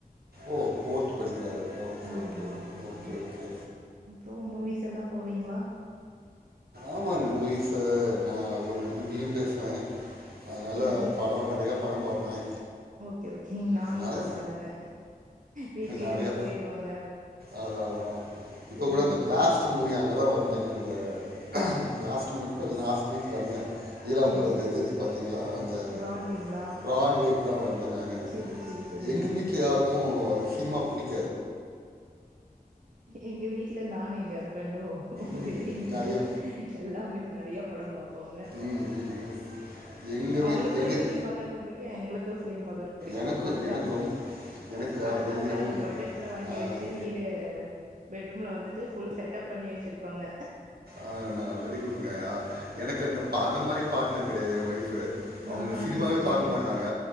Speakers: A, on the right; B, on the right.
A: ஓ ஃபோர்த் படிக்கிறாரு ஓகே
B: ஆ
A: ஓகே
B: ஆமாமா ஆமாங்க
A: ஓகே ஓகே
B: அப்றோ மூவிஸ் எல்லா போவீங்களா
A: ஆமாங்க மூவிஸ் சார் நான் அது கொஞ்சம் ஹிந்தியும் பேசுவேன் அதுனால
B: செரி செ
A: படம் நெறைய படம் பாப் பேன்
B: ஓகே ஓகேங்க நாங்களு
A: நெறையா
B: அவ்ளோதாங்க வீக்லி
A: நெறையா
B: ஆனா போயிருவோங்க
A: அதான் அதான் இப்போ
B: செரி
A: கூட இந்த
B: செரி
A: பிளாஸ்ட்
B: செ
A: மூவி அங்கே தான் வந்தேன் அந்த பிளாஸ்டு மூவிக்கூட லாஸ்ட் வீக் வந்தேன் நீலாம்பூர்
B: செரி
A: அந்த
B: செ
A: இது இருக்கு பாத்தீங்களா அந்த
B: ப்ராட்வேங்களா
A: பிராட்வேக்கு தான் வந்தேன் நான்
B: செரி செரி செரிங்க
A: எங்கள் வீட்டில யாருக்கும் சினிமா புடிக்கும்
B: எங்க வீட்டுல நானும் எங்க அந் பெண்டும்
A: ம்,
B: வெரியன்
A: நிறையா
B: எல்லாமே நிறைய படம்பா போங்க
A: ம் ம் ம் எங்கள்
B: அவங்களுக்கு
A: வீ எங்கள்
B: பிலிம் பாக்குறக்கு புடிக்கும் எங்களுக்கு பிலிம் பாக்குறக்கு புடிக்கும்
A: எனக்கு
B: அதுக்காக
A: எனக்கு ரொம்ப எனக்கு
B: அதுக்காகவே
A: நீங்கள்
B: நாங்க
A: உங்கள்
B: ப்ரஜெக் வாங்கி வச்சு வீடு பெட்ரூம்ல வந்துட்டு ஃபுல் செட் அப் பண்ணி வச்சிருக்கோங்க
A: ஆஹ் நா வெரி குட்ங்க யா எனக்கு அந்த பா அந்த மாதிரி பார்ட்னர் கிடையாது என் வைஃப்பு அவங்க
B: ஆஹா
A: சினிமாவே
B: செரி செரி
A: பாக்க மாட்டாங்க